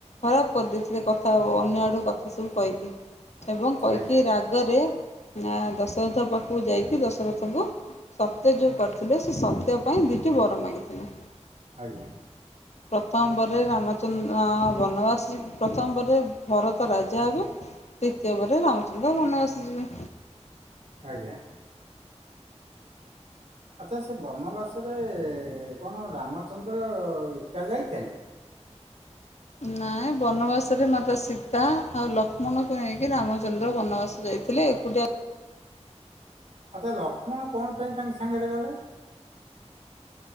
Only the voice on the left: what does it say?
ଖରାପ କରିଦେଇଥିଲେ କଥା ଅନ୍ୟ ଆଡୁ କଥା ସବୁ କହିକି। ଏବଂ କହିକି
ରାଗରେ ଦଶରଥ ପାଖକୁ ଯାଇକି ଦଶରଥଙ୍କୁ ସତ୍ୟ ଯୋଉ କରିଥିଲେ ସେ ସତ୍ୟ ପାଇଁ ଦେଇକି ବର ମାଗିଥିଲେ।
ପ୍ରଥମ ପରେ ରାମଚନ୍ଦ୍ର ବନବାସ। ପ୍ରଥମ ପରେ ଭରତ ରାଜା ହେବେ ଦ୍ୱିତୀୟ ପରେ ରାମଚ ନ୍ଦ ବନବାସ ଯିବେ।
ନାଇଁ ବନବାସ ରେ ମାତା ସୀତା ଆଉ ଲକ୍ଷ୍ମଣକୁ ନେଇକି ରାମଚନ୍ଦ୍ର ବନବାସ ଯାଇ ଥିଲେ ଏକୁଟିଆ।